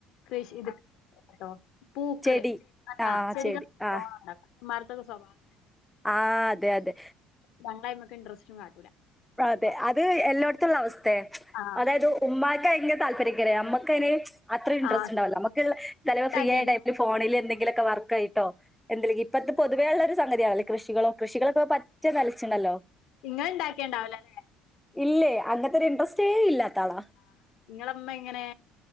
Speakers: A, on the left (about 75°); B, in the centre.
A: കൃഷിത് ട്ടോ പൂക്കള്
B: ചെടി ആഹ്
A: ആ ചെടികൾ
B: ചെടി
A: <unintelligible>
B: ആഹ്
A: ഉമ്മാരത്തൊക്കെ സ്വർണം
B: ആഹ് അതെ അതെ
A: <unintelligible> ഇന്റെരെസ്റ്റ്‌ കാട്ടൂല
B: അതെ
A: അപ്പൊ
B: അത് എല്ലാടുത്തും ഉള്ള അവസ്ഥയാ
A: ആ
B: അതായത് ഉമ്മാക്ക് ആയിരിക്കും താല്പര്യം ഗരയമ്മക്കയ്ന് അത്ര ഇൻട്രസ്റ്റ്
A: ആ
B: ഉണ്ടാവില്ല
A: സത്യം
B: നമുക്ക്
A: ഇങ്ങള്
B: <unintelligible>
A: ഇണ്ടാക്കേണ്ടോ
B: ഫ്രീയായ ടൈമില് ഫോണില് എന്തെങ്കിലും ക്ക വർക്കയ് ട്ടോ എന്ത ലെങ്കി ഇപ്പത്തെ പൊ <unintelligible> ഉള്ളൊരു സംഗതിയാവുല്ലേ കൃഷികളോ കൃഷികളൊക്കെ പറ്റെ <unintelligible> ച്ച് ല്ലല്ലോ
A: ഇങ്ങള്ണ്ടാക്ക്‌യെ ഇണ്ടാവൂല ല്ലേ
B: ഇല്ലേ അങ്ങൻത്തൊരു ഇൻട്രസ്റ്റേ ഇല്ലാത്താളാ
A: ആ ഇങ്ങളമ്മ ങ്ങനെ